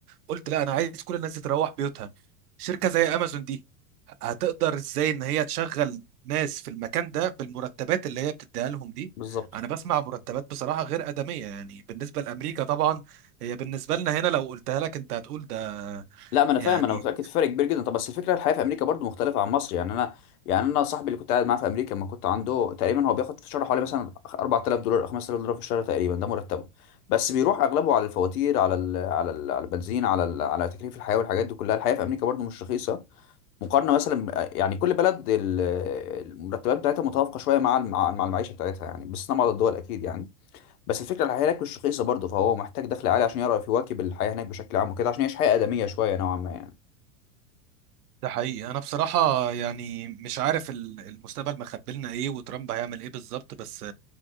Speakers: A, on the right; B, on the left.
A: قلت لا انا عايز كل الناس دي تروح بيوتها شركه زي امازون دي هتقدر ازاي ان هي تشغل ناس في المكان ده بالمرتبات اللي هي بتديها لهم دي
B: بالظبط
A: انا بسمع مرتبات بصراحه غير ادميه يعني بالنسبه لامريكا طبعا هي بالنسبه لنا هنا لو قلتها لك انت هتقول ده
B: لا ما انا
A: يعني
B: فاهم انا متاكد في فرق كبير جدا طب بس الفكره الحياه في امريكا برضو مختلفه عن مصر يعني انا يعني انا صاحبي اللي كنت قاعد معاه في امريكا لما كنت عنده تقريبا هو بياخد في الشهر حوالي مثلا 4000 دولار او 5000 دولار في الشهر تقريبا ده مرتبه بس بيروح اغلبه على الفواتير على ال على ال على البنزين على ال على تكليف الحياه والحاجات دي كلها الحياه في امريكا برضو مش رخيصه مقارنه مثلا يعني كل بلد ال- المرتبات بتاعتها متوافقه شويه مع الم- مع المعيشه بتاعتها يعني باستثناء بعض الدول اكيد يعني بس الفكره الحياه هناك مش رخيصه برضه فهو محتاج دخل عالي عشان يعرف يواكب الحياه هناك بشكل عام وكده عشان يعيش حياه ادميه شويه نوعا ما يعني
A: ده حقيقي انا بصراحه يعني مش عارف ال- المستقبل مخبي لنا ايه وترامب هيعمل ايه بالظبط بس